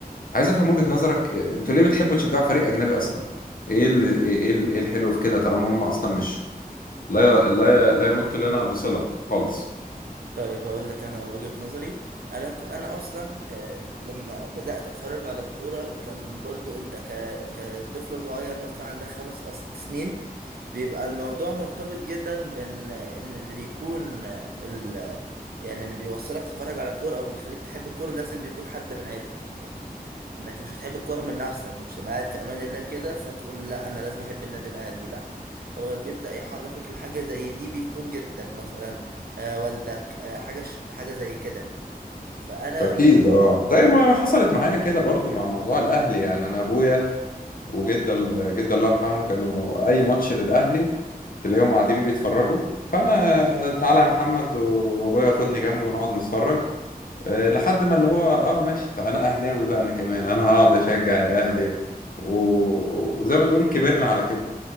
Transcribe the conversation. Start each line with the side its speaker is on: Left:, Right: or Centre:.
Left: عايز أفهم وجهة نظرك آه، أنتوا ليه بتحبوا تشجعوا فريق أجنبي أصلا؟ ايه ال- ايه ال- ايه الحلو في كده طالما هم اصلا مش لا لا لا يمت لنا بصلة خالص
Right: طيب هقول لك انا وجهة نظري انا ك- انا اصلا آه، لما بدأت اتفرج على كورة كان برضو انت ك... كطفل صغير مثلا عندك خمس او ست سنين بيبقى الموضوع مرتبط جدا بان ان اللي بيكون ال يعني اللي بيوصلك تتفرج على كورة او بيخليك تحب الكورة لازم بيكون حد من عيلتك يعني انك مش هتحب الكورة من نفسك مش تبقى قاعد في امان الله كده فتقول لا انا لازم احب النادي الاهلي لا هو اللي بيبدأ يحركك لحاجة زي دي بيكون جدك مثلا آه والدك آه حاجة ش- حاجة زي كده فانا
Left: اكيد
Right: ب-
Left: اه زي ما حصلت معايا كده برضو مع موضوع الاهلي يعني انا ابويا وجد جد الله يرحمه كانوا اي ماتش للاهلي تلاقيهم قاعدين بيتفرجوا فانا تعالى يا محمد و- وابويا خدني جنبه ونقعد نتفرج أه لحد ما اللي هو اه ماشي فانا اهلاوي بقى انا كمان انا هقعد اشجع الاهلي و- وزي ما تقول كبرنا على كده